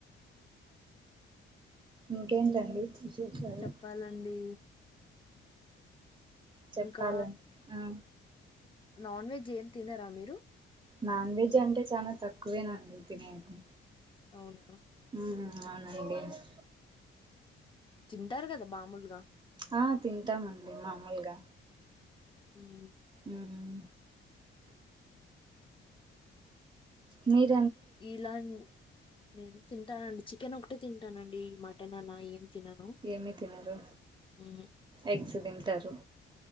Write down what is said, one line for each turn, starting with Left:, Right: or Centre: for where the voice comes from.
Right: ఇంకేంటండి విశేషాలు
Left: చెప్పాలండి
Right: చెప్పాలన్
Left: ఇంకా
Right: ఆ
Left: నాన్ వెజ్ ఏం తినరా మీరు
Right: నాన్ వెజ్ అంటే చాలా తక్కువేనండి తినేది
Left: అవును
Right: ఉమ్ అవునా అండి
Left: తింటారు కదా మామూలుగా
Right: ఆ తింటామండి మామూలుగా
Left: హ్మ్
Right: ఉమ్ మీర్
Left: ఇలాన్ నేను తింటానండి చికెన్ ఒకటే తింటానండి మటన్ అలా ఏం తినను.
Right: ఏమి తినరు
Left: హుహు.
Right: ఎగ్స్ తింటారు